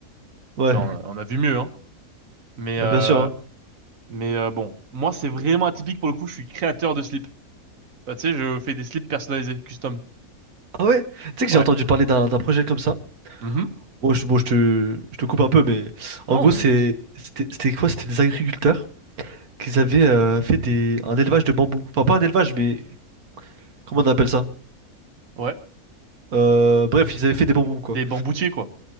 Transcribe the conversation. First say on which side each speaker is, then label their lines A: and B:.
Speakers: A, on the right; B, on the right.
A: Ouais,
B: Tu vois on a, on a vu mieux hein. Mais
A: ah,
B: euh,
A: bien sûr. hein.
B: mais euh, bon moi c'est vraiment atypique pour le coup. Je suis créateur de slips. Euh, tu sais je fais des slips personnalisés custom.
A: Ah ouais? Tu sais que
B: Ouais.
A: j'ai entendu parler d'un d'un projet comme ça.
B: Mhm.
A: Bon, je, bon, je te, je te coupe un peu, mais en
B: Non
A: gros,
B: mais
A: c'est,
B: t'inquiète.
A: c'était c'était quoi? C'était des agriculteurs qui avaient euh, fait des, un élevage de bambou. Enfin, pas un élevage, mais comment on appelle ça?
B: Ouais.
A: Euh, bref, ils avaient fait des bambous, quoi.
B: Des bamboutiers quoi.